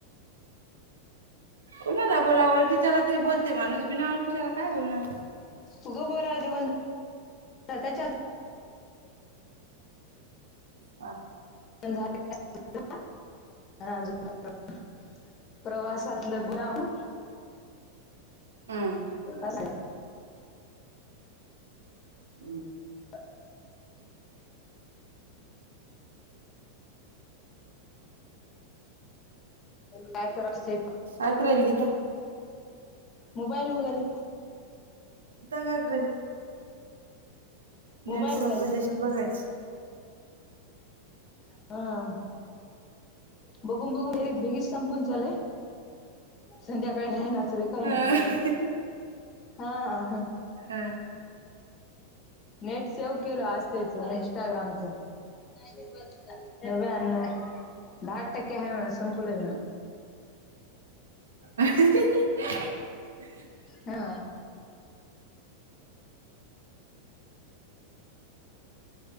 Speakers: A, on the right; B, on the left.
A: कोणाला बोलावर किच्याला तरी बोलते माणूस बिनावर किच्याला काय बोलणार
B: उग बोला देऊन त्याच्या
A: हा
B: झा आणि अजून प्रवासातलं गलाम
A: हम्म
B: अस
A: हं
B: <unintelligible> काय करत होती
A: अक्र ल गीता
B: मोबाईल बगायल
A: उताका करा
B: मोबाईल
A: नेट संपदिशी
B: वगैरे
A: बघायच
B: हा बघून बघून बेगीच संपून चाले संध्याकाळी ना काय
A: हम्म
B: ना चले हा हा हा
A: हा
B: नेट सेव केलो आज तेच इंस्टाग्रामच नवव्याण्णव दहाठ टक्के आहे म्हणा संपलं
A: <unintelligible>
B: हा